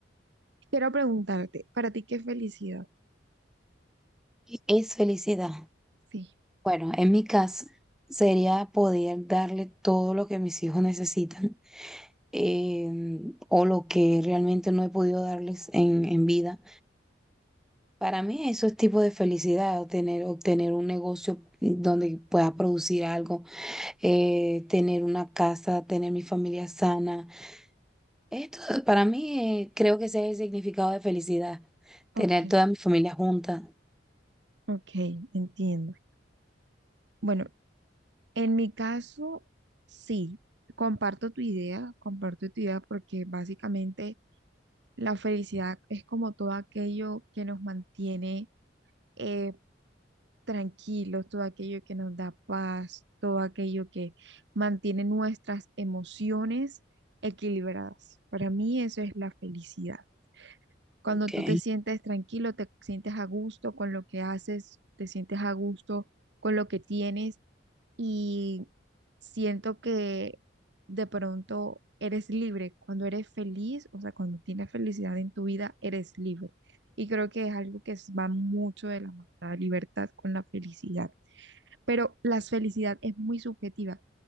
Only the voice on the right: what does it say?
Quiero preguntarte, ¿para ti qué es felicidad?
Sí,
ok,
ok, entiendo. Bueno, en mi caso, sí, comparto tu idea, comparto tu idea porque básicamente La felicidad es como todo aquello que nos mantiene eh, tranquilos, todo aquello que nos da paz, todo aquello que mantiene nuestras emociones equilibradas. Para mí eso es la felicidad. Cuando
tú te sientes tranquilo, te sientes a gusto con lo que haces, te sientes a gusto con lo que tienes y siento que de pronto eres libre. Cuando eres feliz, o sea, cuando tienes felicidad en tu vida, eres libre. Y creo que es algo que s- va mucho de la mano, la libertad con la felicidad. Pero la felicidad es muy subjetiva,